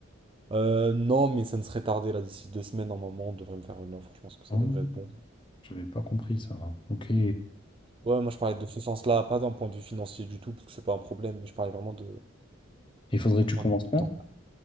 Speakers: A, on the right (about 25°); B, on the left (about 25°).
A: Euh, non, mais ça ne serait tardé, là, d'ici deux semaines, normalement, on devrait me faire une offre. Je pense que ça
B: Ah,
A: devrait être bon.
B: j'avais pas compris ça. Ok.
A: Ouais, moi je parlais de ce sens-là, pas d'un point de vue financier du tout, parce que c'est pas un problème, mais je parlais vraiment de,
B: Il faudrait
A: d'un
B: que
A: point
B: tu commences
A: de vue du
B: quand?
A: temps.